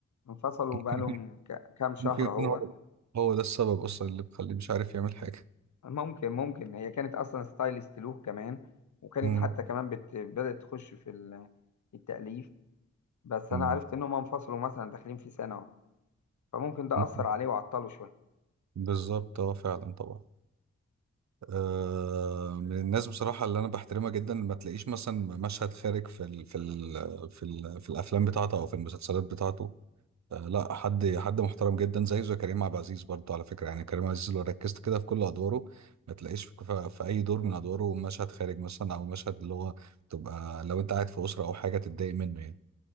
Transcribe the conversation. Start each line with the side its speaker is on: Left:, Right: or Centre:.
Left: انفصلوا
Right: ممكن
Left: بقالهم ك- كام شهر
Right: ممكن يكون
Left: اهو
Right: هو هو ده السبب اصلا اللي مخليه مش عارف يعمل حاجه
Left: ممكن ممكن هي كانت اصلا ستايلست له كمان وكانت
Right: مم.
Left: حتى كمان بت... بدأت تخش في ال- التأليف بس
Right: مم.
Left: انا عرفت ان هم انفصلوا مثلا داخلين في سنة اهو فممكن ده
Right: ممكن.
Left: أثر عليه وعطله شوية
Right: بالظبط اه فعلا طبعا آه من الناس بصراحه اللي انا بحترمها جدا ما تلاقيش مثلا مشهد خارج في ال في ال في, ال في الافلام بتاعته او في المسلسلات بتاعته آه لا حد حد محترم جدا زي زي كريم عبد العزيز برضه على فكره يعني كريم عبد العزيز لو ركزت كده في كل ادواره ما تلاقيش في, في, في اي دور من ادواره مشهد خارج مثلا او مشهد اللي هو تبقى لو انت قاعد في اسره او حاجه تتضايق منه يعني